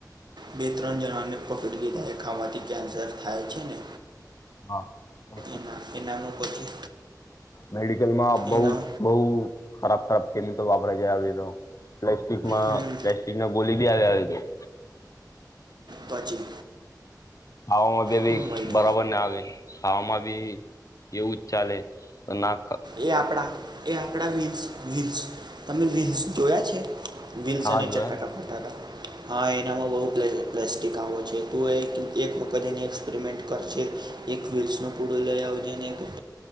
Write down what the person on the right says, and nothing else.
બે ત્રણ જવાને પકડી લીધા ખાવાથી. કેન્સર થાય છે ને
એના એનાનું પછી
એના
હમ,
પછી
હું હોય
એ આપડા એ આપડા વલ્સ વલ્સ તમે વિલ્સ જોયા છે. વિન્સ
અને
ચ્ટાકા
પતા હતા હા એનામાં બહુ પ્લેઝ પ્લાસ્ટિક આવો છે તું એક એક વખત એની એક્સપેરિમેન્ટ કરજ એક વ્હીલ્સ ન પૂડું લઈ આવજે ને એક